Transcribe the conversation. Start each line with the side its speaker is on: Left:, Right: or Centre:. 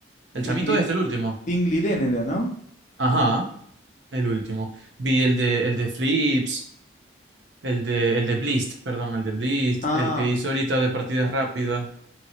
Right: el chamito
Left: Dingli,
Right: este, el último.
Left: Dinglirén era, ¿no?
Right: Ajá, el último. Vi el de, el de Flips, el de, el de Blist, perdón, el de Blist,
Left: Ah.
Right: el que hizo ahorita de partidas rápidas,